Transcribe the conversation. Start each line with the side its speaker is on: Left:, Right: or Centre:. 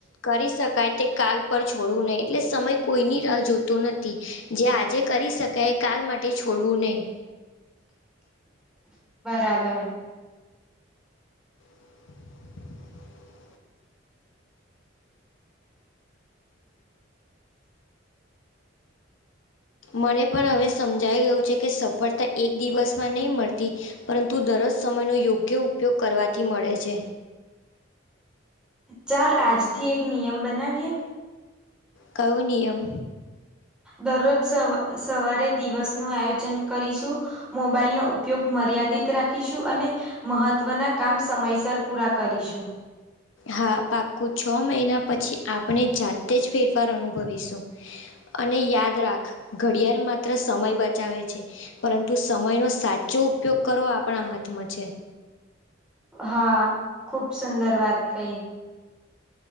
Left: કરી શકાય તે કાલ પર છોડવું નહી એટલે સમય કોઈની જોતો નથી જે આજે જે કરી શકાય કારાલ માટે છોડવું નહીં
Centre: બરાબર
Left: <unintelligible> મને પણ હવે સમજાઈ ગયું છે કે સફળતા એક દિવસમાં નહીં મળતી પરંતુ દરજ સમયનો યોગ્ય ઉપયોગ કરવાથી મળે છે.
Centre: ચાલ આજથી એક નિયમ બનાવીએ
Left: કયો નિયમ?
Centre: દરરોજ સ સવારે દિવસનું આયોજન કરીશું. મોબાઈલનો ઉપયોગ મર્યાદિત રાખીશું, અને મહત્વના કામ સમયસર પૂરા કરીશું.
Left: હા પાકું છ મહિના પછી આપણે જાતે જ ફેરફાર અનુભવીશું. અને યાદ રાખ ઘડિયાળ માત્ર સમય બચાવે છે. પરંતુ સમયનો સાચો ઉપયોગ કરવો આપણા હાથમાં છે.
Centre: હા ખુબ સુંદર વાત કઈ.